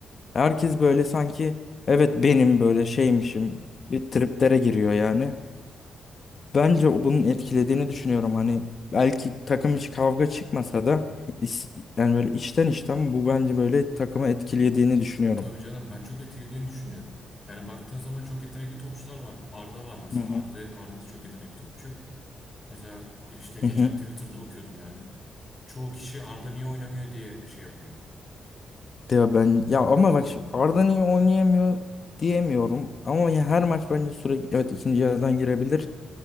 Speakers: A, on the left (about 45°); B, on the left (about 25°).
A: Herkes böyle sanki evet benim böyle şeymişim bir triplere giriyor yani. Bence o- bunun etkilediğini düşünüyorum. Hani belki takım içi kavga çıkmasa da is- yani böyle içten içten bu bence böyle takımı etkilediğini düşünüyorum.
B: Tabii canım ben çok etkilediğini düşünüyorum. Yani baktığın zaman çok yetenekli topçular var. Arda var mesela.
A: Hı hı.
B: Arda, Arda da çok yetenekli topçu. Mesela işte geçen
A: Hı hı.
B: Twitter'da okuyordum yani. Çoğu kişi Arda niye oynamıyor diye şey yapıyor.
A: Ya ben ya ama bak şu- Arda niye oynayamıyor diyemiyorum. Ama ya her maç bence sürekli evet ikinci yarıdan girebilir.